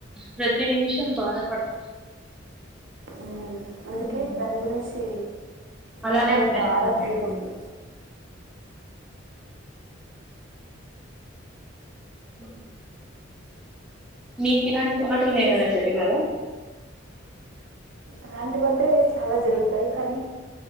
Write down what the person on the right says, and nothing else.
ఉమ్, అందుకే
దాని గురించి
ఆ తర్వాత
ఆరా తీయకూడదు
మంచి
అలాంటివంటే చాలా జరుగుతాయి కానీ